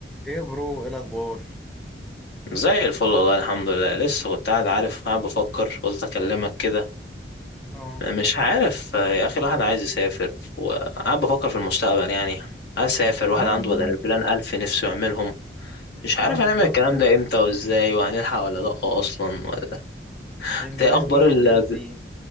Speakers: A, in the centre; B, on the left.
A: ايه يا برو ايه الاخبار
B: زي الفل والله الحمد لله لسه كنت قاعد عارف قاعد بفكر قلت اكلمك كده
A: اه
B: مش عارف يا اخي الواحد عايز يسافر وقاعد بفكر في المستقبل يعني عايز اسافر واحد
A: اه
B: عنده
A: ده
B: بدل البلان الف نفسه يعملهم مش عارف
A: اه بالظبط
B: هنعمل الكلام
A: يعني
B: ده امتى وازاي وهنلحق ولا لا اصلا ولا
A: من
B: انت
A: بلان
B: إيه اخبار
A: ايه لبلان
B: ال
A: زي